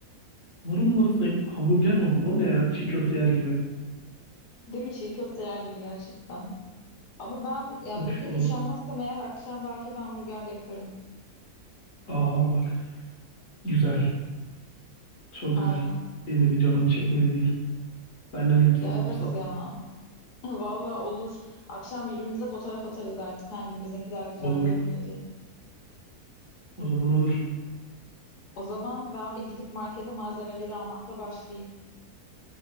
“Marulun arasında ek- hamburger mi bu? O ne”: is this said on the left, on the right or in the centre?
Left